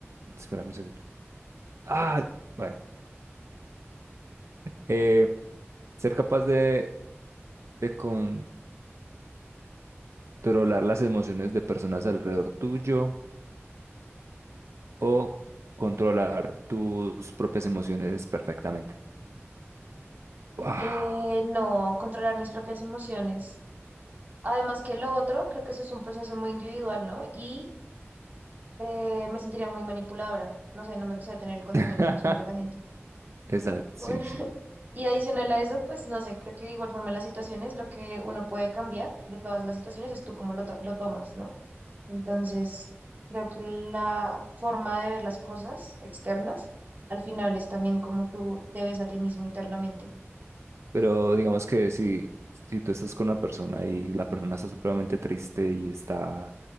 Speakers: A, on the right; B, on the right.
A: espérame un segundo, ay, bueno, eh, ser capaz de, de controlar las emociones de personas alrededor tuyo o controlar tus propias emociones perfectamente. ¡Guau!
B: Eh, no, controlar mis propias emociones. Además que lo otro, creo que eso es un proceso muy individual, ¿no? Y eh, me sentiría muy manipuladora. No sé, no me gustaría tener el control
A: <laughs>
B: de las emociones de la gente.
A: Exacto, sí,
B: Bueno,
A: sí.
B: <laughs> Y adicional a eso, pues no sé, creo que de igual forma en las situaciones lo que uno puede cambiar de todas las situaciones es tú cómo lo, tra- lo tomas, ¿no? Entonces, creo que la forma de ver las cosas externas al final es también cómo tú te ves a ti mismo internamente.
A: Pero digamos que si, si tú estás con una persona y la persona está supremamente triste y está